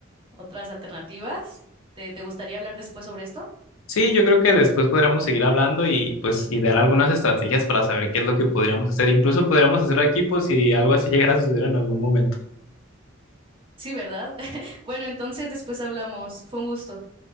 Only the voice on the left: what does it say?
Sí, yo creo que después podríamos seguir hablando y pues y dar algunas estrategias para saber qué es lo que podríamos hacer. Incluso podríamos hacer equipos si algo así llegara a suceder en algún momento.